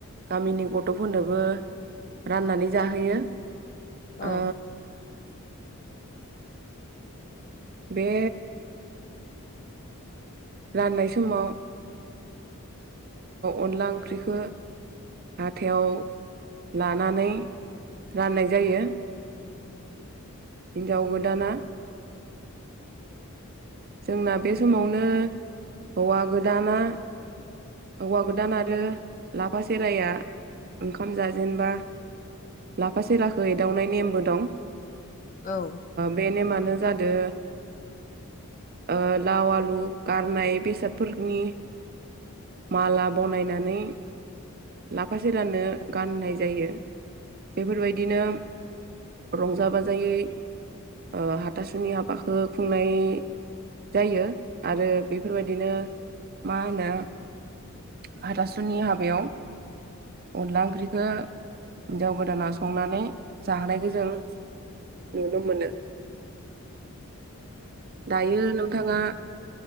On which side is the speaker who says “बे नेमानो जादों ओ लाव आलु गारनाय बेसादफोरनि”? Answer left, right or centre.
Right